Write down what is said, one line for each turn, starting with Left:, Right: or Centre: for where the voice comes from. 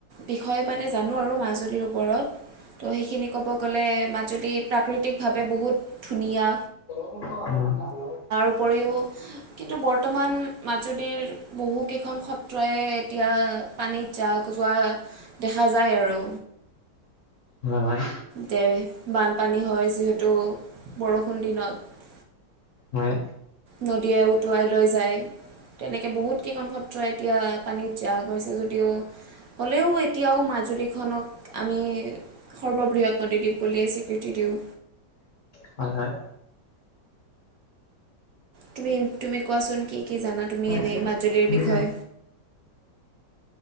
Right: বিষয় মানে জানো আৰু মাজুলীৰ ওপৰত, ত' সেইখিনি ক'ব গ'লে মাজুলী প্ৰাকৃতিকভাৱে বহুত ধুনিয়া
Left: <unintelligible>
Right: উপৰিও কিন্তু বৰ্তমান মাজুলীৰ বহু কেইখন সত্ৰয়ে এতিয়া পানীত যা যোৱা দেখা যায় আৰু।
Left: হয় হয়
Right: তে বানপানী হয় যিহেতু, বৰষুণ দিনত।
Left: হয়
Right: নদীয়ে উটুৱাই লৈ যায়। তেনেকে বহুত কেইখন সত্ৰই এতিয়া পানীত জাহ গৈছে যদিও, হলেওঁ এতিয়াও মাজুলীখনক আমি সৰ্ববৃহৎ নদীদ্বীপ বুলিয়ে স্বীকৃতি দিওঁ।
Left: হয় হয়
Right: তুমি তুমি কোৱাচোন কি কি জানা তুমি এনেই
Left: ছে
Right: মাজুলীৰ
Left: ম <unintelligible>
Right: বিষয়ে